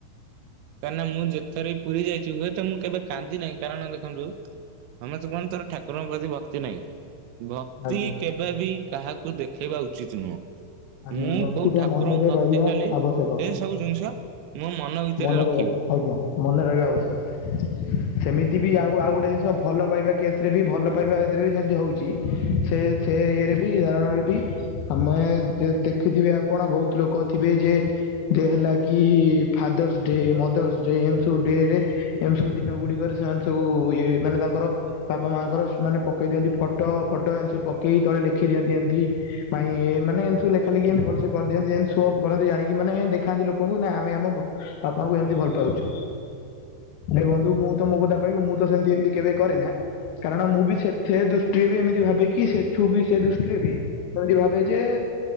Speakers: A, on the right (about 80°); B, on the left (about 80°).
A: କାହିଁକନା ମୁଁ ଯେତେଥର ବି ପୁରୀ ଯାଇଛି ହୁଏତ ମୁଁ କେବେ କାନ୍ଦି ନାହିଁ କାରଣ ଦେଖନ୍ତୁ ସମସ୍ତେ କୁହନ୍ତି ତୋର ଠାକୁରଙ୍କ ପ୍ରତି ଭକ୍ତି ନାହିଁ। ଭକ୍ତି
B: ଆଜ୍ଞା
A: କେ ବି କାହାକୁ ଦେଖେଇବା ଉଚିତ ନୁହେଁ।
B: ଆଜ୍ଞା
A: ମୁଁ
B: ଭକ୍ତିଟା
A: କୋଉ ଠାକୁରଙ୍କୁ
B: ମନରେ
A: ଭକ୍ତି
B: ରହିବା
A: କଲି ସେ
B: ଆବଶ୍ୟକ
A: ସବୁ ଜିନିଷ ମୋ ମନ ଭିତରେ
B: ମନରେ
A: ରଖ
B: ଆଜ୍ଞା ମନେ ରହିବା ଆବଶ୍ୟକ। ସେମିତି ବି ଆଉ ଆଉ ଗୋଟେ ଜିନିଷ ଭଲ ପାଇବା କେସ ରେ ବି ଭଲ ପାଇବା ଏଥିରେ ବି ସେମିତି ହଉଛି ସେ ସେ ଇଏରେ ବି ଧରଣର ବି ଆମେ ଯେ ଦେଖିଥିବେ ଆପଣ ବହୁତ ଲୋକ ଥିବେ ଯେ ଯେ ହେଲା କି ଫାଦର୍ସ ଡେ ମଦର୍ସ ଡେ ଏମତି ସବୁ ଡେ ରେ ଏମି ସବୁ ଦିନ ଗୁଡିକରେ ସେମାନେ ସବୁ ଇଏ ମାନେ ତାଙ୍କର ବାପା ମାଆଙ୍କର ସେ ମାନେ ପକେଇ ଦିଅନ୍ତି ଫଟୋ ଫଟୋ ଏତି ସବୁ ପକେଇକି ତଳେ ଲେଖି ଦିଅନ୍ତି ଏନ୍ତି ପାଇଁ ମାନେ ଏମତି ସବୁ ଲେଖାଲେଖି ଏମିତି ଭଲସେ କରିଦିଅନ୍ତି ଯେ ସୋ ଅଫ୍ କରନ୍ତି ଜାଣିକି ମାନେ ଦେଖାନ୍ତି ଲୋକଙ୍କୁ ନା ଆମେ ଆମ ବାପାଙ୍କୁ ଏମିତି ଭଲ ପାଇଛୁ। ହେଲେ ବନ୍ଧୁ ମୁଁ ତ ମୋ କଥା କହିବି ମୁଁ ତ ସେମିତି ଏମତି କେବେ କରେ ନା। କାରଣ ମୁଁ ବି ସେ ସେ ଦୃଷ୍ଟିରେ ବି ଏମିତି ଭାବେକି ସେଠୁ ବି ସେ ଦୃଷ୍ଟିରେ ବି ସେମିତି ଭାବିବ ଯେ